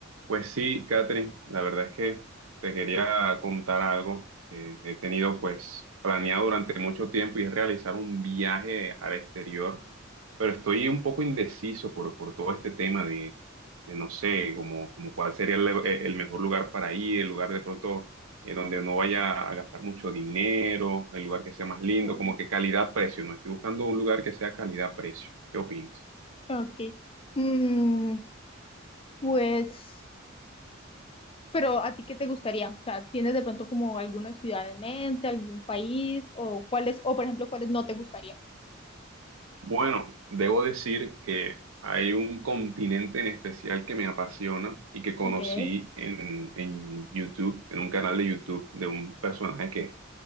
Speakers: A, on the right; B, on the left.
A: Pues sí, Catherine, la verdad es que te quería contar algo que he tenido pues planeado durante mucho tiempo y es realizar un viaje al exterior, pero estoy un poco indeciso por, por todo este tema de, de no sé, como, como cuál sería el, e, el mejor lugar para ir, el lugar de pronto eh, donde no vaya a gastar mucho dinero, el lugar que sea más lindo,
B: Mm.
A: como que calidad-precio, ¿no? Estoy buscando un lugar que sea calidad-precio. ¿Qué opinas?
B: Ok. Mm, pues, pero ¿a ti qué te gustaría? O sea, ¿tienes de pronto como alguna ciudad en mente, algún país o cuáles, o por ejemplo, cuáles no te gustaría?
A: Bueno, debo decir que hay un continente en especial que me apasiona y que conocí
B: Ok.
A: en, en YouTube, en un canal de YouTube de un personaje que,